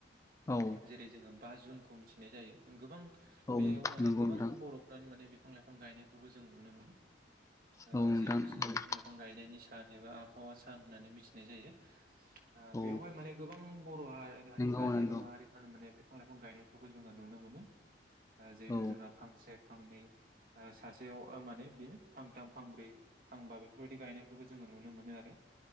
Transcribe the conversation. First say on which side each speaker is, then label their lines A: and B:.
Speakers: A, on the left; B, on the right.
A: औ
B: जेरै जोङो बा जुनखौ मिथिनाय जायो गोबां
A: औ
B: बेयाव माने
A: नंगौ
B: गोबां
A: नोंथां
B: बर'फ्रानो माने बिफां लाइफां गायनायफोरखौ जों नुनो मोनो ओ
A: औ नोंथां
B: जिहेथु जोंहा
A: औ
B: बिफां लाइफां बिफां गायनायनि सान एबा आबहावा सान होननानै मिथिनाय जायो आ
A: औ
B: बेवहाय माने गोबां बर' हा
A: नंगौ
B: हारि
A: नंगौ
B: एबा माहारि ओ माने बिफां लाइफां गायनायफोरखौ जोङो नुनो मोनो जिहेथु
A: औ
B: जोंना फांसे फांनै ओ सासेयाव ओ माने बेनो फांथाम फांब्रै फांबा बेफोरबायदि गायनायफोरखौ जोङो नुनो मोनो आरो